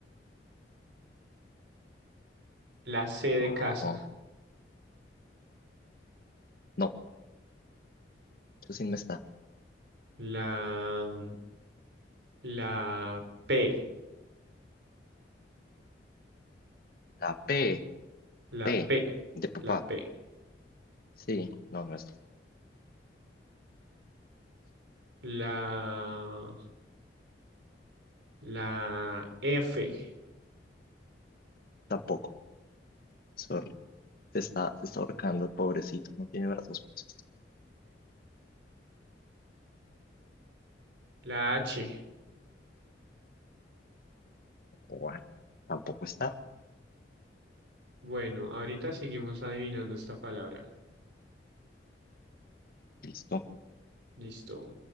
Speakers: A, on the right; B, on the left.
A: la C de
B: Vamos.
A: casa,
B: No. Eso sí no está.
A: la, la P,
B: La P,
A: la
B: P,
A: P,
B: de papá.
A: la P,
B: Sí, no, no está.
A: la, la F,
B: Tampoco. Sorry. Se está, se está ahorcando el pobrecito. No tiene brazos. pues,
A: la H.
B: Bueno, tampoco está.
A: Bueno, ahorita seguimos adivinando esta palabra.
B: Listo.
A: Listo.